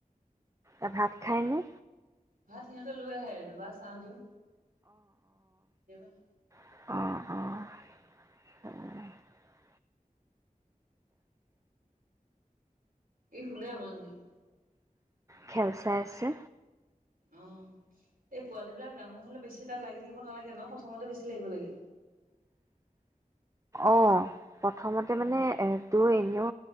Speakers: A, on the right (about 20°); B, on the right (about 80°).
A: এ ভাত খায়নে
B: ভাত সিহঁতে লৈ আহে আৰু দুবায় চা দিওঁ <unintelligible>
A: অঁ অঁ উ
B: এই শুলে মনজিৎ
A: খেল চাই আছে
B: অ এই পোৱালী বিলাক ডাঙৰ হলে বেছি তাত লাগি থাকিব নালাগে ন প্ৰথমতে বেছি লাগিব লাগে
A: অহ প্ৰথমতে
B: উম
A: মানে এটো এনেও